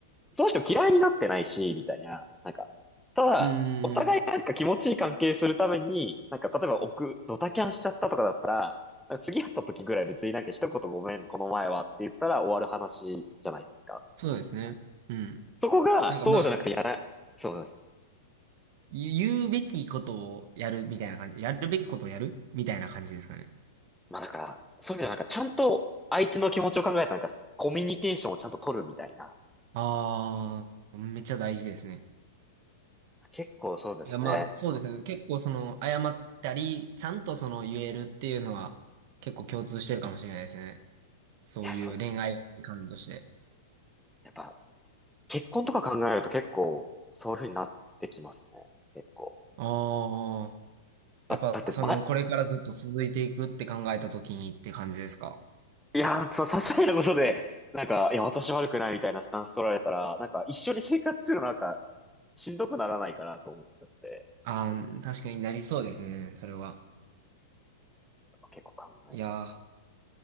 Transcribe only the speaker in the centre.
その人嫌いになってないし、みたいな。なんか、ただ、
お互いなんか気持ちいい関係するために、なんか例えば奥、ドタキャンしちゃったとかだったら、なんか次会った時ぐらい別になんか一言ごめん、この前はって言ったら終わる話じゃないですか。
そこが、
そうじゃなくてやら、そうです。
まあだから、そういう意味ではなんかちゃんと相手の気持ちを考えたなんかコミュニケーションをちゃんと取るみたいな感じ。
結構そうですね。
いや、そうです。やっぱ、結婚とか考えると結構、そういう風になってきますね。結構。
だ、
だって前、
いやー、そう、些細なことで、なんか、いや、私悪くないみたいなスタンス取られたら、なんか一緒に生活するのなんか、しんどくならないかなと思っちゃって、
結構考えちゃう。